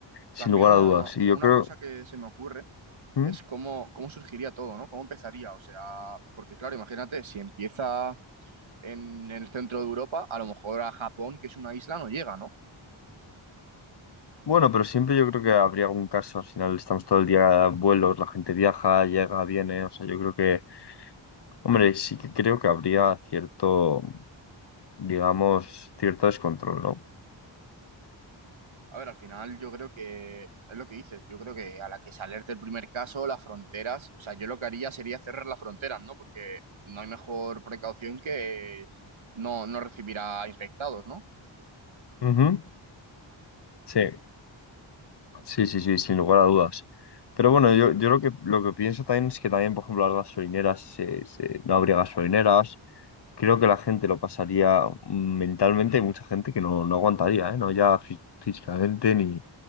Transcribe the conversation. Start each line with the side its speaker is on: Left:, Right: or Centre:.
Left: sin
Right: También
Left: lugar
Right: una,
Left: a dudas. Y yo
Right: una
Left: creo,
Right: cosa que se me ocurre
Left: ¿Mm?
Right: es cómo, cómo surgiría todo, ¿no? ¿Cómo empezaría? O sea, porque claro, imagínate, si empieza en, en el centro de Europa, a lo mejor a Japón, que es una isla, no llega, ¿no?
Left: bueno, pero siempre yo creo que habría algún caso, al final estamos todo el día en vuelos, la gente viaja, llega, viene, o sea, yo creo que, hombre, sí que creo que habría cierto, digamos, cierto descontrol, ¿no?
Right: A ver, al final yo creo que es lo que dices, yo creo que a la que se alerte el primer caso, las fronteras, o sea, yo lo que haría sería cerrar las fronteras, ¿no? Porque no hay mejor precaución que no, no recibir a infectados, ¿no?
Left: Ujú. Sí, sí, sí, sí, sin lugar a dudas. Pero bueno, yo, yo lo que, lo que pienso también es que también, por ejemplo, las gasolineras, se- se- no habría gasolineras, creo que la gente lo pasaría mentalmente, hay mucha gente que no, no aguantaría, ¿eh? No ya fí- físicamente, ni,